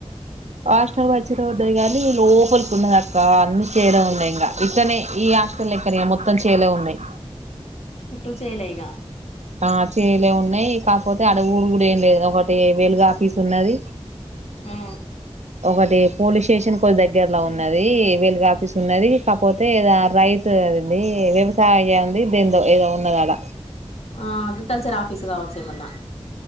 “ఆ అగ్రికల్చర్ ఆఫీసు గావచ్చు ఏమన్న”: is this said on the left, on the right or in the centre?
Left